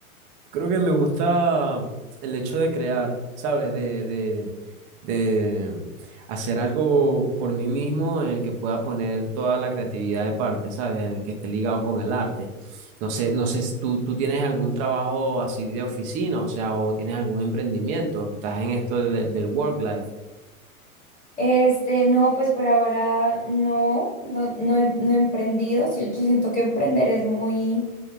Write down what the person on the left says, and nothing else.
Este, no, pues por ahora no, no, no he, no he emprendido. Sí, Yo siento que emprender es muy,